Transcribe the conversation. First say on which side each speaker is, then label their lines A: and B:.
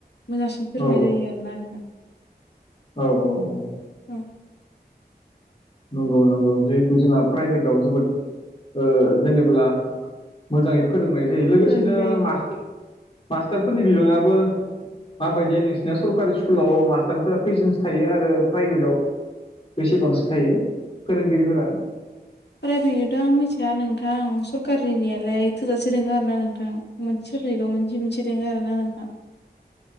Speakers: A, on the left; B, on the left.
A: मोजांसिन फोरोंनाय
B: औ
A: जायो आरोना नोंथां।
B: औ औ औ।
A: औ
B: नंगौ नंगौ जिहेथु जोंहा प्राइभेटाव जोबोद ओ जेनेब्ला मोजाङै फोरोंनाय जायो लोगोसेनो
A: फोरोंनाय जायो
B: मा मास्टारफोरनि बिबाङा माबायदि नोंसिनिना सरकारि स्कुलाव मास्टारफोरा फैजिन्स थायो आरो प्राइभेटआव बेसेबांसो थायो फोरोंगिरिफोरा।
A: प्राइभेटजोंथ' आं मिथिया नोंथां सरकारिनियालाय थोजासे दोङ आरोना नोंथां। मोनसे साबजेक्टआव मोनसे मोनसे दङ आरोना नोंथां।